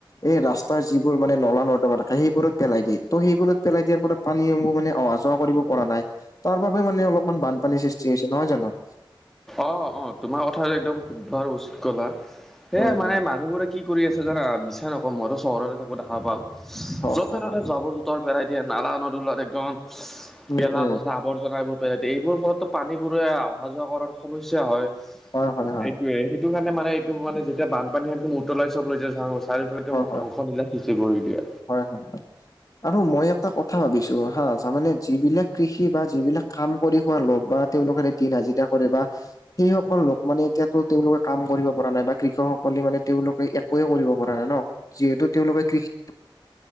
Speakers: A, on the left (about 40°); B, in the centre.
A: এই ৰাস্তাৰ যিবোৰ মানে নলা-নৰ্দমা থাকে সেইবোৰত পেলাই দিয়ে। ত' সেইবোৰত পেলাই দিয়াৰ ফলত পানীসমূহ মানে অহা যোৱা কৰিব পৰা নাই। তাৰ বাবে মানে অলপমান বানপানীৰ সৃষ্টি হৈছে নহয় জানো।
B: অঁ-অঁ! তোমাৰ কথাটো একদম শুদ্ধ আৰু উচিত ক'লা। সেই
A: উম
B: মানে
A: উম
B: মানুহবোৰে কি কৰি আছে জানা মিছা নকওঁ মইতো চহৰতে থাকো দেখা পাওঁ।
A: হয়
B: য'তে-ততে
A: হয় হয়
B: জাবৰ জোথৰ পেলাই দিয়ে। নালা-নদলৱাত একদম
A: উম
B: গেলা-পচা
A: উম
B: আৱৰ্জনা এইবোৰ পেলই দিয়ে এইবোৰ ফলত পানীবোৰে অহাযোৱা কৰাৰ সমস্যা হয়
A: হয় হয় হয় হয় হয়
B: এইটোৱেই। এইটো কাৰণে মানে এইটো মানে যেতিয়া বানপানী একদম উতলাই চব লৈ যায়। <unintelligible> চাৰিওফালে
A: হয়
B: তম ধ্বংস দিলা সৃষ্টি কৰি দিয়া।
A: হয়, হয়, হয়, আৰু মই এটা কথা ভাবিছো হা তাৰমানে যিবিলাক কৃষি বা যিবিলাক কাম কৰি খোৱা লগোক বা তেওঁওলোকেৰে দিন হাজিৰা কৰে বা সেইসকল লোক মানে এতিয়া তেওঁলোকে কাম কৰিব পৰা নাই বা কৃষকসকলে মানে তেওঁওলোকে একোৱয়ে কৰিব পৰা পৰানাই ন' যিহেতু তেওঁলোকে কৃষি